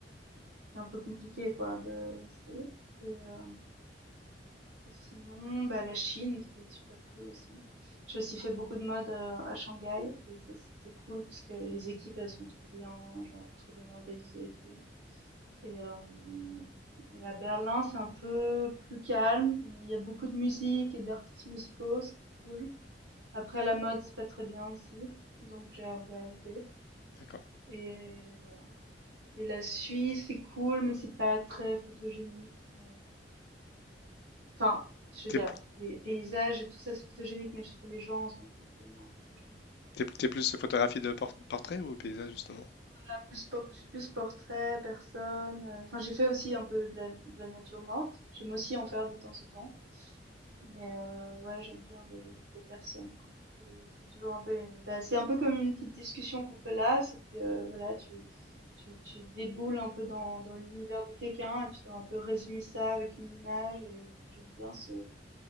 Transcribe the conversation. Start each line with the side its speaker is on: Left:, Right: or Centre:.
Right: un peu compliqué quoi de rester. Et, euh, et sinon, bah, la Chine, c'est super cool aussi. J'ai aussi fait beaucoup de mode euh, à Shanghai et ça, c'était cool parce que les équipes, elles sont trop bien, genre trop bien organisées et tout. Et, euh, et à Berlin, c'est un peu plus calme, mais il y a beaucoup de musique et d'artistes musicaux, ce qui est cool. Après, la mode, c'est pas très bien ici, donc j'ai un peu arrêté.
Left: D'accord.
Right: Et voilà. Et la Suisse, c'est cool, mais c'est pas très photogénique. Euh, Enfin, je
Left: T'es
Right: veux dire,
Left: plus,
Right: les paysages et tout ça, c'est photogénique, mais je trouve les gens sont un peu moins photogéniques.
Left: t'es- t'es plus photographie de por- portrait ou paysage justement?
Right: Ah, Plus, por- je suis plus portrait, personne. euh, Enfin, j'ai fait aussi un peu de la, de la nature morte. J'aime aussi en faire de temps en temps. Mais euh, ouais, j'aime bien les, les personnes, quoi. C'est c'est toujours un peu une... bah, c'est un peu comme une petite discussion qu'on fait là, sauf que euh, voilà, tu, tu, tu déboules un peu dans, dans l'univers de quelqu'un et tu dois un peu résumer ça avec une image et j'aime bien ce...